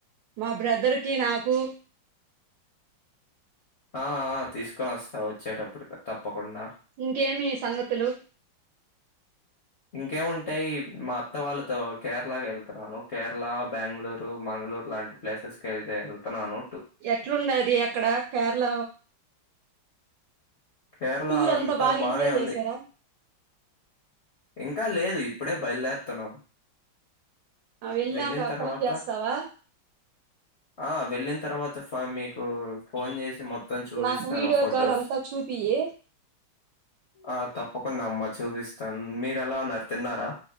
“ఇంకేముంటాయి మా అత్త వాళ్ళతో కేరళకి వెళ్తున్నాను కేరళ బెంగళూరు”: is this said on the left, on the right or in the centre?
Left